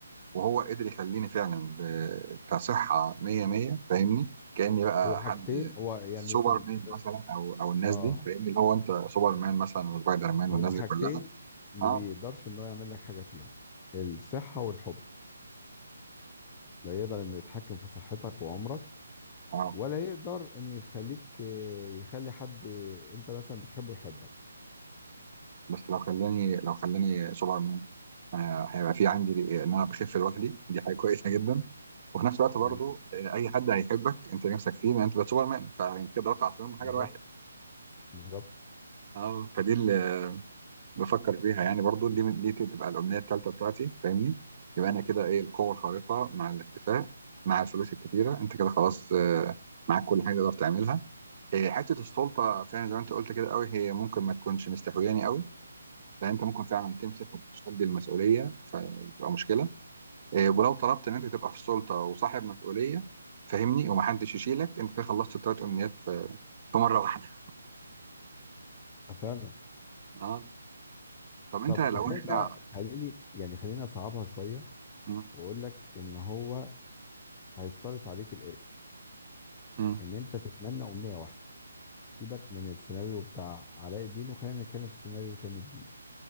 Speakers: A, on the right; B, on the left.
A: وهو قدر يخليني فعلا ب... كصحة مية مية فاهمني كأني بقى
B: هو حاجتين
A: حد
B: هو يعني
A: سوبر
B: في ال...
A: مان
B: في-
A: مثلا او او الناس
B: اه
A: دي فاهمني اللي هو انت سوبر مان مثلا وسبايدر مان
B: هو
A: والناس
B: حاجتين
A: دي كلها
B: ما
A: اه
B: بيقدرش ان هو يعمل لك حاجه فيهم الصحه والحب لا يقدر انه يتحكم في صحتك وعمرك
A: اه
B: ولا يقدر انه يخليك آه، يخلي حد آه، انت مثلا بتحبه يحبك
A: بس لو خلاني لو خلاني سوبر مان آه هيبقى في عندي ان انا بخف لوحدي دي حاجه كويسه جدا وفي نفس الوقت
B: مم.
A: برضو آه، اي حد هيحبك انت نفسك فيه ان انت بقى سوبر مان فانت كده ضربت عصفورين بحجر
B: بالظبط
A: واحد
B: بالظبط
A: اه فدي ال- بفكر فيها يعني برضو دي دي تبقى الأمنية التالتة بتاعتي فاهمني يبقى أنا كده إيه القوة الخارقة مع الاختفاء مع الفلوس الكتيرة أنت كده خلاص آه، معاك كل حاجة تقدر تعملها آه، حتة السلطة فعلا زي ما أنت قلت كده قوي هي ممكن ما تكونش مستهوياني قوي لأن أنت ممكن فعلا تمسك ومش قد المسؤولية فتبقى مشكلة آه، ولو طلبت إن أنت تبقى في السلطة وصاحب مسؤولية فاهمني ومحدش يشيلك أنت كده خلصت التلات أمنيات في في مرة واحدة
B: فعلا
A: <laughs> أه طب أنت
B: طب
A: لو
B: تخيل
A: إحنا
B: بقى خليني يعني خلينا اصعبها شويه
A: م-
B: واقول لك ان هو هيشترط عليك الاتي
A: م-
B: ان انت تتمنى امنيه واحده سيبك من السيناريو بتاع علاء الدين وخلينا نتكلم في سيناريو تاني جديد